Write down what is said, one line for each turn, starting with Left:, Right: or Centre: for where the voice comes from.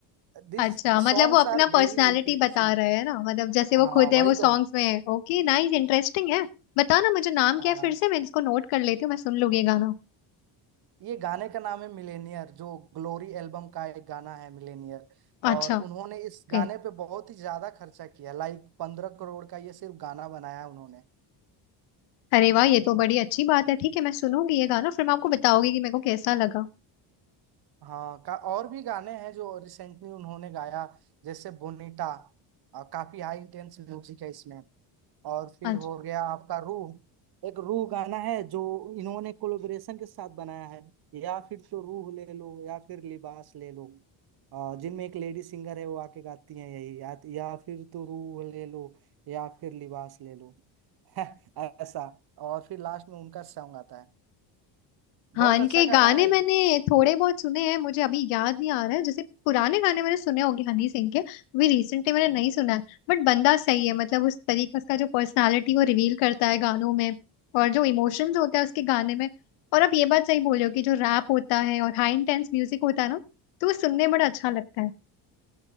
Right: this
Left: अच्छा मतलब
Right: songs
Left: वो अपना
Right: are
Left: पर्सनालिटी
Right: very impressive
Left: बता रहे हैं ना मतलब जैसे वो
Right: हाँ
Left: खुद
Right: वही
Left: है वो
Right: तो
Left: सॉन्ग्स में है ओके नाइस इंटरेस्टिंग है बताओ ना मुझे नाम क्या
Right: हाँ
Left: है फिर से मैं इसको नोट कर लेती हूँ मैं सुन लूंगी ये गाना
Right: ये गाने का नाम है मिलेनियर जो ग्लोरी एल्बम का एक गाना है मिलेनियर
Left: अच्छा
Right: और उन्होंने इस
Left: ओके
Right: गाने पे बहुत ही ज्यादा खर्चा किया लाइक पंद्रह करोड़ का ये सिर्फ गाना बनाया है उन्होंने
Left: अरे वाह ये तो बड़ी अच्छी बात है ठीक है मैं सुनूंगी ये गाना फिर मैं आपको बताऊंगी कि मेरे को कैसा लगा
Right: हाँ का और भी गाने हैं जो रिसेंटली उन्होंने गाया जैसे बोनीटा काफी हाई इंटेंस म्यूजिक है इसमें और फिर
Left: अच्छा।
Right: हो गया आपका रूह एक रूह गाना है जो इन्होंने कोलैबोरेशन के साथ बनाया है या फिर तो रूह ले लो या फिर लिबास ले लो अ, जिनमें एक लेडी सिंगर है वो आके गाती है यही या, या फिर तो रूह ले लो या फिर लिबास ले लो <laughs> ऐसा और फिर लास्ट में उनका सॉन्ग आता है
Left: हाँ
Right: बहुत
Left: इनके
Right: अच्छा गाना
Left: गाने
Right: है
Left: मैंने थोड़े बहुत सुने हैं मुझे अभी याद नहीं आ रहा है जैसे पुराने गाने मैंने सुने होंगे हनी सिंह के अभी रिसेंटली मैंने
Right: ये
Left: नहीं सुना है बट बंदा सही है मतलब उस तरीका उसका जो पर्सनालिटी वो रिवील करता है गानों में और जो इमोशंस होते हैं उसके गाने में और आप ये बात सही बोल रहे हो कि जो रैप होता है और हाई इंटेंस म्यूजिक होता है ना तो वो सुनने में बड़ा अच्छा लगता है